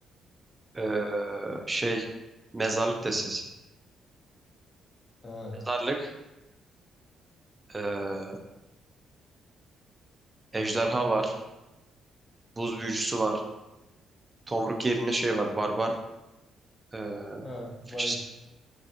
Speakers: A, on the right; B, on the left.
A: eee, şey mezarlık destesi.
B: Ha,
A: Mezarlık eee, ejderha var. Buz büyücüsü var. Tomruk yerine şey var. Barbar e,
B: ha, varil.
A: fıçısı.